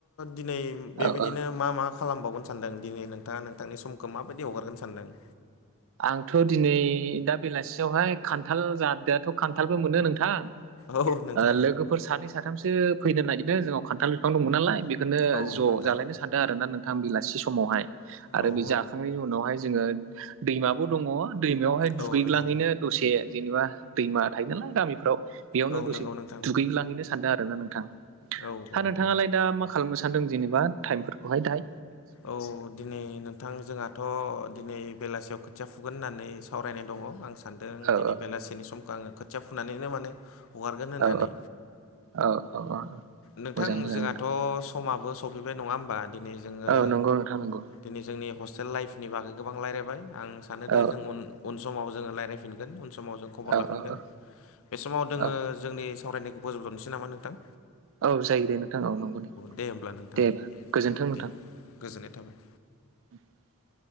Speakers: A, on the left; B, on the right.
A: दिनै बेबायदिनो,
B: औ औ
A: मा मा खालामबावगोन सानदों दिनै नोंथाङा नोंथांनि समखौ माबायदि हगारगोन सानदों,
B: आंथ' दिनै दा बेलासियावहाय खान्थाल जादो दाथ' खान्थालबो मोनो नोंथां
A: औ नोंथां
B: ओ लोगोफोर सानै साथामसो फैनो नागिरदों जोंनाव खान्थाल बिफां दंमोन नालाय बे बेखौनो
A: औ
B: ज'
A: नोंथां
B: जालायनो सानदों आरो ना नोंथां बेलासि समावहाय आरो
A: औ
B: बे
A: औ
B: जाखांनायनि उनावहाय जोङो दैमाबो दङ दैमायावहाय दुगैग्लांहैनो
A: औ नोंथां
B: दसे जेनेबा दैमा थायो नालाय गामिफ्राव बेयावनो
A: औ
B: दसे
A: नंगौ नोंथां
B: दुगैलांहैनो सानदों आरो ना नोंथाङा
A: औ
B: हा
A: औ
B: नोंथाङालाय
A: औ
B: दा मा खालामगासिनो? सान्दों जेनेबा टाइमफोरखौहाय दाय,
A: औ दिनै बिथां जोंहाथ' दिनै बेलासियाव खोथिया फुगोन होननानै सावरायनाय दङ आं सानदों
B: औ
A: दिनै बेलासिनि समखौ आङो खोथिया फुनानैनो माने हगारगोन होननानै,
B: औ औ औ औ
A: नोंथां
B: मोजां मोजां
A: जोंहाथ' समाबो सफैबाय नङा होमबा दिनै जोङो,
B: औ नंगौ नोंथां नंगौ
A: दिनै जोंनि हस्टेल लाइफनि बागै गोबां रायज्लायबाय आं सानोदि
B: औ
A: जों उन उन समाव जोङो रायलायफिनगोन उन समाव जों खबर
B: औ
A: लाफिनगोन
B: औ
A: बे समाव जोङो,
B: औ
A: जोंनि सावरायनायखौ बोजब'नोसै नामा नोंथां?
B: औ जायोदे नोंथां औ नंगौनि
A: दे होमब्ला नोंथां
B: दे गोजोन्थों
A: दे
B: नोंथां
A: गोजोननाय थाबाय।
B: <inaudible>